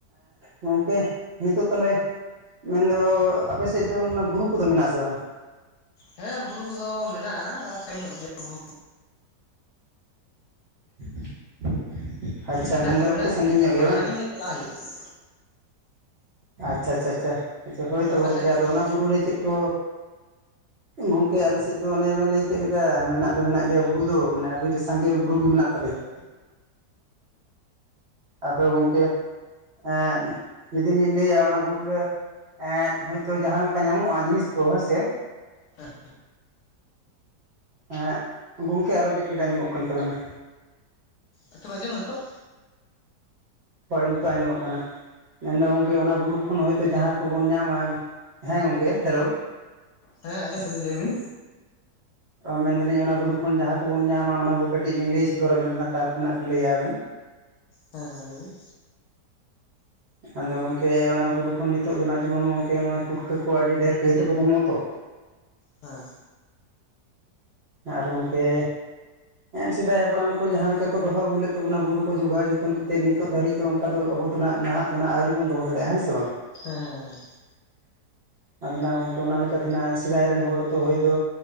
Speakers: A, on the right; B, on the left.
A: ᱜᱚᱝᱠᱮ ᱱᱤᱛᱳᱜ ᱛᱟᱦᱞᱮ ᱢᱮᱱᱫᱚ ᱟᱯᱮ ᱥᱮᱫ ᱫᱚ ᱚᱱᱟ ᱵᱩᱨᱩ ᱠᱚᱫᱚ ᱢᱮᱱᱟᱜ ᱟᱥᱮ ᱵᱟᱝ ᱾
B: ᱦᱮᱸ ᱵᱩᱨᱩ ᱠᱚᱫᱚ ᱢᱮᱱᱟᱜᱼᱟ ᱥᱟᱺᱜᱤ ᱧᱚᱜ ᱜᱮᱭᱟ ᱵᱩᱨᱩ
A: <inaudible> ᱟᱪᱪᱷᱟ
B: ᱢᱮᱱᱟᱜ
A: ᱢᱮᱱᱫᱚ
B: ᱫᱚ
A: ᱜᱚᱢᱠᱮ
B: ᱢᱮᱱᱟᱜ
A: ᱥᱟᱺᱜᱤᱧ
B: ᱜᱮᱭᱟ
A: ᱧᱚᱜ
B: ᱟᱫᱚ
A: ᱵᱟᱝ
B: ᱥᱟᱺᱜᱤᱧ ᱧᱚᱜ ᱪᱟᱞᱟᱜ ᱦᱳᱭᱳᱜᱼᱟ ᱠᱟᱹᱡ
A: ᱟᱪᱪᱷᱟ ᱟᱪᱪᱷᱟ ᱟᱪᱪᱷᱟ ᱦᱳᱭ ᱛᱚ
B: ᱟᱯᱮ
A: ᱜᱚᱝᱠᱮ
B: ᱥᱮᱫ
A: ᱟᱫᱚ
B: ᱢᱮᱱᱟᱜᱼᱟ
A: ᱚᱱᱟ
B: ᱥᱮ
A: ᱵᱩᱨᱩ ᱨᱮ ᱪᱮᱫ ᱠᱚ ᱜᱚᱝᱠᱮ ᱟᱞᱮ ᱥᱮᱫ ᱫᱚ ᱚᱱᱮ ᱵᱮᱱ ᱞᱟᱹᱭ ᱠᱮᱫ ᱞᱮᱠᱟ ᱢᱮᱱᱟᱜ ᱫᱚ ᱢᱮᱱᱟᱜ ᱜᱮᱭᱟ ᱵᱩᱨᱩ ᱫᱚ ᱢᱟᱱᱮ ᱟᱹᱰᱤ ᱥᱟᱸᱜᱮ ᱵᱩᱨᱩ ᱜᱮ ᱢᱮᱱᱟᱜ ᱛᱟᱞᱮᱭᱟ ᱟᱫᱚ ᱜᱚᱝᱠᱮ ᱮᱫ ᱡᱩᱫᱤᱞᱤᱧ ᱞᱟᱹᱭᱟ ᱚᱱᱟ ᱵᱩᱨᱩ ᱨᱮ ᱮᱫ ᱦᱳᱭᱛᱳ ᱡᱟᱦᱟᱸ ᱞᱮᱠᱟ ᱧᱟᱢᱚᱜᱼᱟ ᱡᱤᱱᱤᱥ ᱠᱚ ᱦᱳᱭ ᱥᱮ
B: ᱦᱮᱸ
A: ᱮᱫ ᱜᱚᱢᱠᱮ ᱟᱨᱚ ᱜᱮᱫ ᱜᱮᱫ ᱟᱸᱡᱚᱢᱚᱜ ᱠᱟᱱ ᱛᱟᱵᱮᱱᱟ
B: ᱦᱤᱛᱳᱜ ᱵᱤᱱ ᱟᱡᱚᱢ ᱫᱟ ᱦᱤᱛᱳᱜ
A: ᱦᱳᱭ ᱱᱤᱛᱚᱜ ᱟᱸᱡᱚᱢᱚᱜ ᱠᱟᱱᱟ ᱢᱮᱱᱫᱚ ᱜᱚᱢᱠᱮ ᱚᱱᱟ ᱵᱩᱨᱩ ᱠᱷᱚᱱ ᱦᱚᱭᱛᱚ ᱡᱟᱦᱟᱸ ᱠᱚᱵᱚᱱ ᱧᱟᱢᱟ ᱦᱮᱸ, ᱜᱚᱢᱠᱮ ᱦᱮᱞᱳ
B: ᱦᱮᱸ ᱟᱸᱡᱚᱢ ᱫᱟᱞᱤᱧ ᱞᱮ ᱵᱤᱱ
A: ᱚ ᱢᱮᱱᱫᱟᱞᱤᱧ ᱚᱱᱟ ᱵᱩᱨᱩ ᱠᱷᱚᱱ ᱡᱟᱦᱟᱸ ᱠᱚᱵᱚᱱ ᱧᱟᱢᱟ ᱚᱱᱟ ᱠᱚ ᱠᱟᱹᱴᱤᱡ ᱞᱤᱧ ᱞᱟᱹᱭ ᱥᱚᱫᱚᱨ ᱟᱵᱮᱱ ᱠᱟᱱᱟ ᱛᱟᱯᱚᱨ ᱱᱟᱜ ᱵᱤᱱ ᱞᱟᱹᱭᱟ ᱟᱵᱮᱱ
B: ᱦᱮᱸ ᱦᱮᱸ ᱞᱮ ᱵᱤᱱ
A: ᱟᱫᱚ ᱜᱚᱝᱠᱮ ᱚᱱᱟ ᱵᱩᱨᱩ ᱠᱷᱚᱱ ᱱᱤᱛᱚᱜ ᱫᱚ ᱱᱟᱜ ᱡᱮᱢᱚᱱ ᱜᱚᱢᱠᱮ ᱱᱚᱜᱚᱭ ᱯᱩᱴᱠᱟᱹ ᱠᱚ ᱟᱹᱰᱤ ᱰᱷᱮᱨ ᱠᱟᱹᱭ ᱛᱮᱠᱚ ᱧᱟᱢᱚᱜ ᱟᱛᱚ
B: ᱦᱮᱸ
A: ᱟᱨ ᱜᱚᱢᱠᱮ ᱮᱫ ᱥᱮᱫᱟᱭ ᱦᱟᱯᱲᱟᱢ ᱠᱚ ᱡᱟᱦᱟᱸ ᱞᱮᱠᱟ ᱠᱚ ᱫᱚᱦᱚ ᱟᱹᱜᱩ ᱞᱮᱫ ᱛᱟᱵᱚᱱᱟ ᱵᱩᱨᱩ ᱠᱚ ᱡᱚᱜᱟᱣ ᱡᱚᱛᱚᱱ ᱠᱟᱛᱮᱫ ᱱᱤᱛ ᱱᱤᱛᱚᱜ ᱫᱷᱟᱹᱨᱤᱡ ᱫᱚ ᱚᱱᱠᱟ ᱫᱚ ᱟᱵᱚ ᱫᱚ ᱱᱟᱜ ᱱᱟᱦᱟᱜ ᱫᱚ ᱱᱟᱜ ᱟᱹᱣᱨᱤ ᱵᱚᱱ ᱫᱚᱦᱚ ᱫᱟᱲᱮᱭᱟᱜᱼᱟ ᱦᱮᱸ ᱥᱮ ᱵᱟᱝ
B: ᱦᱮᱸ ᱦᱮᱸ ᱦᱮᱸ
A: <unintelligible> <inaudible> <unintelligible> <inaudible> ᱟᱫᱚ ᱱᱟᱜ ᱜᱚᱝᱠᱮ ᱚᱱᱟ ᱞᱮᱠᱟᱛᱮᱱᱟᱜ ᱥᱮᱫᱟᱭ ᱨᱮᱱ ᱦᱚᱲ ᱛᱚ ᱦᱳᱭ ᱛᱚ